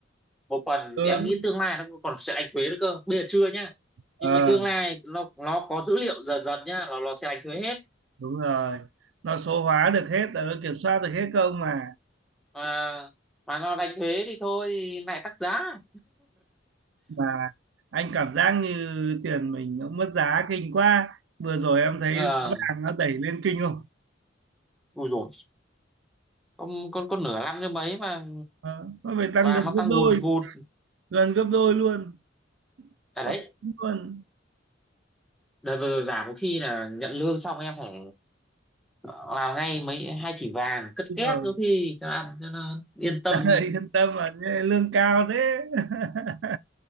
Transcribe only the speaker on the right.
ừ,
ờ,
đúng rồi nó số hóa được hết nó kiểm soát được hết công mà
mà anh cảm giác như tiền mình nó mất giá kinh quá vừa rồi em thấy
giá vàng nó đẩy lên kinh không
Ờ, nó phải tăng
gần
gấp
đôi
gần gấp đôi luôn
quá
luôn
rồi
<laughs> yên tâm mà lương cao thế <laughs>